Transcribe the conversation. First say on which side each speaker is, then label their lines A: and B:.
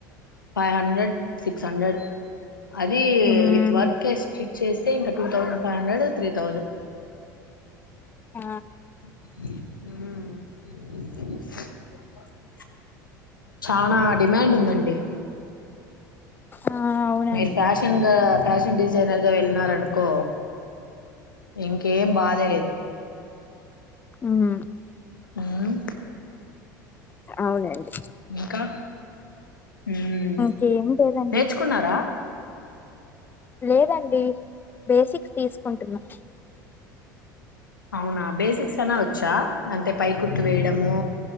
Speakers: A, on the left (about 80°); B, on the left (about 20°).
A: ఫైవ్ హండ్రెడ్ సిక్స్ హండ్రెడ్ అది
B: ఉమ్
A: విత్ వర్క్ కే స్ట్రిచ్ చేస్తే ఇంకా two thousand five hundred three thousand
B: ఆ
A: మ్మ్ చనా డిమాండ్ ఉందండి
B: ఆ అవునండి
A: మీరు ఫ్యాషన్ గా ఫ్యాషన్ డిజైైనర్ వెళ్ళినారనుకో ఇంకేం బాధే లేదు
B: మ్మ్
A: మ్మ్
B: అవునండి
A: ఇంకా ఉ
B: ఇంకేం లేదండి
A: నేర్చుకున్నారా
B: లేదండి బేసిక్స్ తీసుకుంటున్నా
A: అవునా బేసిక్స్ అనా వచ్చా అంతే పై కుర్తు వేయడము